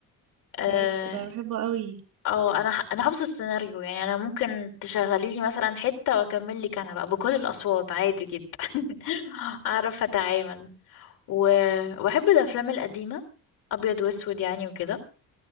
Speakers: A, on the left (about 70°); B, on the right (about 75°).
A: آه،
B: ده عيش ده بحبه قوي
A: اه انا ح- انا حافظه السيناريو يعني انا ممكن تشغلي لي مثلا حته واكمل لك انا بقى بكل الاصوات عادي جدا <laughs> اعرف اتعامل و... واحب الافلام القديمه ابيض واسود يعني وكده